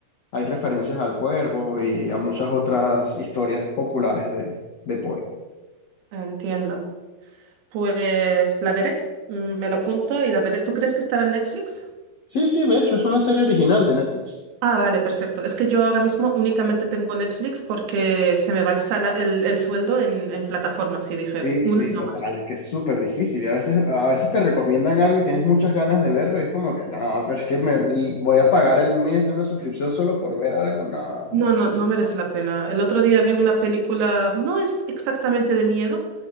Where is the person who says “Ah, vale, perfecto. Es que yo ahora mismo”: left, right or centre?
Right